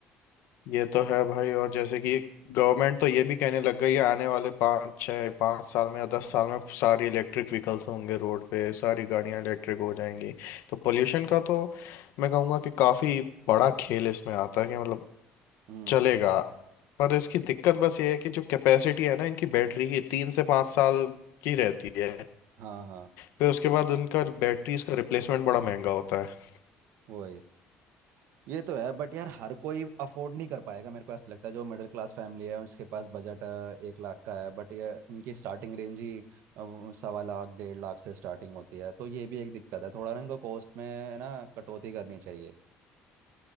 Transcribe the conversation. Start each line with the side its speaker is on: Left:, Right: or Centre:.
Left: ये तो है भाई और जैसे कि गवर्नमेंट तो ये भी कहने लग गई है आने वाले पाँच छः पाँच साल में या दस साल में सारी इलेक्ट्रिक व्हीकल्स होंगे रोड पे सारी गाड़ियां इलेक्ट्रिक हो जाएंगी तो पोल्यूशन का तो मैं कहूँगा कि काफ़ी बड़ा खेल इसमें आता है कि मतलब
Right: हम्म
Left: चलेगा पर इसकी दिक्कत बस ये है कि जो कैपेसिटी है ना इनकी बैटरी की तीन से पाँच साल की रहती है
Right: हाँ हाँ
Left: फिर उसके बाद इनका बैटरी इसका रिप्लेसमेंट बड़ा महंगा होता है
Right: वही ये तो है बट यार हर कोई अफोर्ड नहीं कर पाएगा मेरे को ऐसा लगता है जो मिडिल क्लास फैमिली है उसके पास बजट एक लाख का है बट ये इनकी स्टार्टिंग रेंज ही अ, वो सवा लाख डेढ़ लाख से स्टार्टिंग होती है तो ये भी एक दिक्कत है थोड़ा ना इनको कॉस्ट में ना कटौती करनी चाहिए